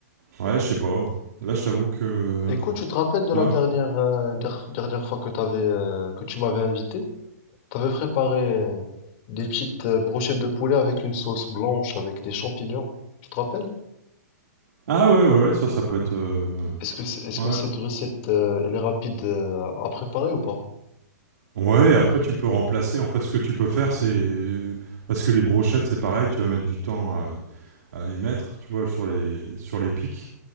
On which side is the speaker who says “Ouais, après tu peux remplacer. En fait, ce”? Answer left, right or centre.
Right